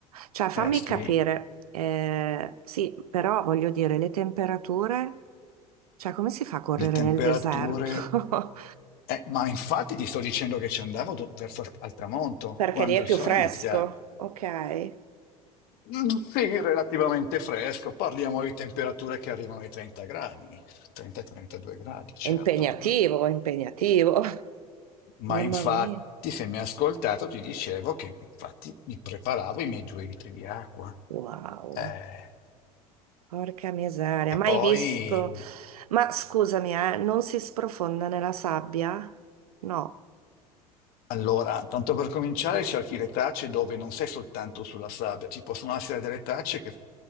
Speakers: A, on the right; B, on the left.
A: Cioè, fammi
B: Eh sì.
A: capire, eh, sì, però voglio dire, le temperature, cioè, come si fa a correre
B: le temperature...
A: nel deserto? <laughs>
B: eh, ma infatti ti sto dicendo che ci andavo do- verso al, al tramonto,
A: Perché
B: quando
A: lì è
B: il
A: più
B: sole
A: fresco,
B: inizia...
A: ok? È
B: Mm, Sì, relativamente fresco, parliamo di temperature che arrivano ai 30 gradi, 30-32 gradi, certo.
A: impegnativo, è impegnativo. <laughs>
B: Ma
A: Mamma
B: infatti,
A: mia,
B: se mi hai ascoltato, ti dicevo che infatti mi preparavo i miei due litri di acqua.
A: wow,
B: Eh,
A: porca miseria,
B: e
A: mai
B: poi
A: visto. Ma scusami, eh, non si sprofonda nella sabbia? No.
B: Allora, tanto per cominciare, cerchi le tracce dove non sei soltanto sulla sabbia, ci possono essere delle tracce che